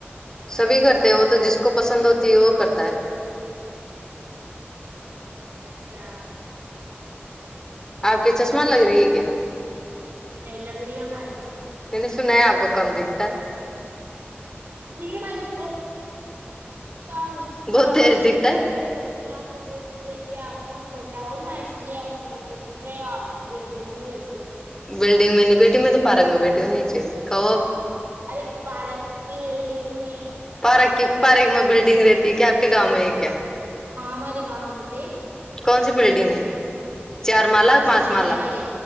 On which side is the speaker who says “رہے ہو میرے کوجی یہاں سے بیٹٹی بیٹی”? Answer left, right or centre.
Right